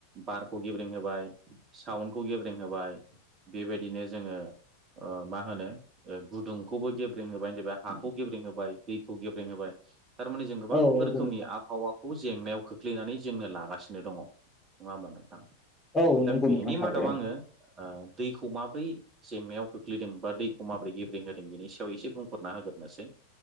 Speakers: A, on the right (about 25°); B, on the left (about 15°).
A: बारखौ गेब्रें होबाय, साउन्दखौ गेब्रें होबाय। बेबायदिनो जोङो ओ मा होनो ओ गुदुंखौबो गेब्रें होबाय, देबा हाखौ गेब्रें होबाय, दैखौ गेब्रें होबाय थारमाने जों
B: औ
A: बां
B: नंगौ
A: रोखोमनि
B: नोंथां
A: आबहावाखौ जेंनायाव खोख्लैनानै जोंनो लागासिनो दङ'। नङा होमबा नोंथां?
B: औ
A: दा
B: नंगौ
A: बेनि
B: नोंथां थारैनो
A: मादाव आङो ओ दैखौ माबोरै जेंनायाव खोख्लैदों बा दैखौ माबोरै गेब्रें होदों बेनि सायाव एसे बुंफोरना होग्रोनोसै।